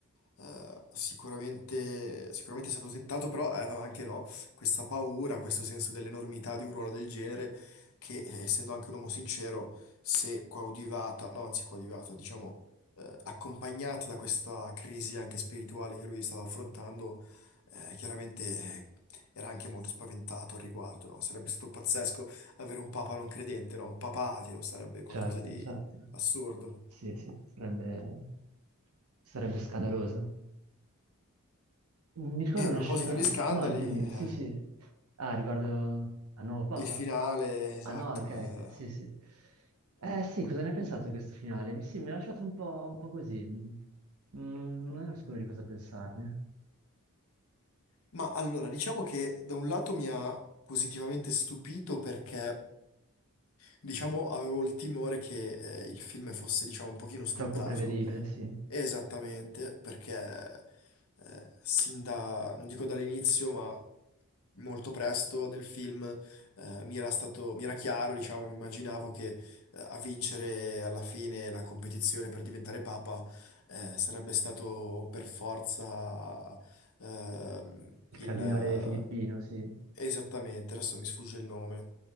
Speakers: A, on the left; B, on the right.
A: eh, sicuramente, sicuramente è stato tentato, però aveva anche no, questa paura, questo senso dell'enormità di un ruolo del genere, che eh, essendo anche un uomo sincero, se coadiuvata, no, anzi coadiuvata, diciamo, eh, accompagnata da questa crisi anche spirituale che lui stava affrontando, eh, chiaramente era anche molto spaventato al riguardo, no? Sarebbe stato pazzesco avere un papa non credente, no? Un papa ateo sarebbe qualcosa
B: Certo,
A: di
B: certo.
A: assurdo.
B: Sì, sì, sarebbe, sarebbe scandaloso. Mi ricordo
A: E a
B: una
A: proposito
B: scena...
A: di scandali,
B: No, dimmi,
A: eh,
B: sì, sì. Ah, riguardo al nuovo Papa?
A: il finale, esatto.
B: Ah no, ok,
A: eh.
B: ok, sì, sì. Eh sì, cosa ne hai pensato di questo finale? Mi- Sì, mi ha lasciato un po', un po' così. Non, non ero sicuro di cosa pensarne.
A: Ma allora, diciamo che da un lato mi ha positivamente stupito perché, diciamo, avevo il timore che eh, il film fosse, diciamo, un pochino scontato
B: Troppo prevedibile, sì.
A: Esattamente, perché eh, sin da, non dico dall'inizio, ma molto presto nel film eh, mi era stato, mi era chiaro, diciamo, mi immaginavo che eh, a vincere alla fine la competizione per diventare papa eh, sarebbe stato per forza ehm,
B: Il
A: il...
B: cardinale Filippino, sì.
A: Esattamente, adesso mi sfugge il nome.